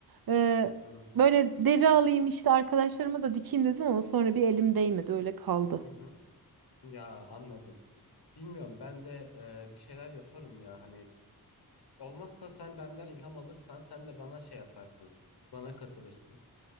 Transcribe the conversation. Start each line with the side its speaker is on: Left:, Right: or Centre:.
Right: e,
Left: Hı
Right: böyle deri alayım işte arkadaşlarıma da dikeyim dedim ama sonra bir elim değmedi öyle kaldı.
Left: hı. hı. Ya anladım. Bilmiyorum ben de e, bir şeyler yaparım ya hani olmazsa sen benden ilham alırsan sen de bana şey yaparsın. Bana katılırsın.